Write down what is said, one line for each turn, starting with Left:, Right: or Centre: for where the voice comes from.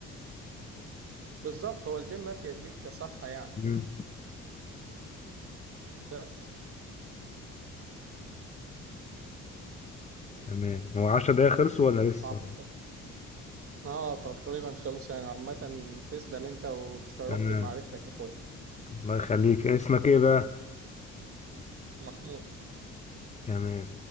Right: بالظبط هو الجيم مفيد ليك كصحة يعني
Left: مم.
Right: بس
Left: تمام هو 10 دقايق خلصوا ولا لسه؟
Right: عامة اه تقريبا خلص يعني عامة تسلم أنت وتشرفت
Left: تمام
Right: بمعرفتك يا أخويا
Left: الله يخليك اسمك إيه بقى؟
Right: مخمود
Left: تمام